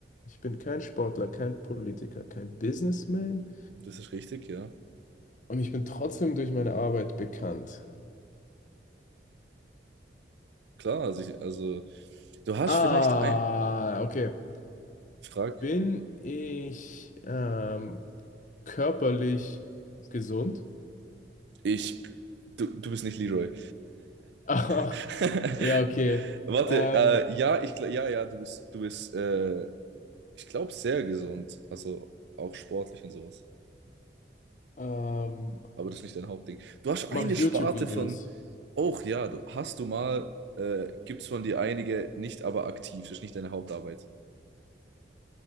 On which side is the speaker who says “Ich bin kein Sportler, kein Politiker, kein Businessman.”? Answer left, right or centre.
Left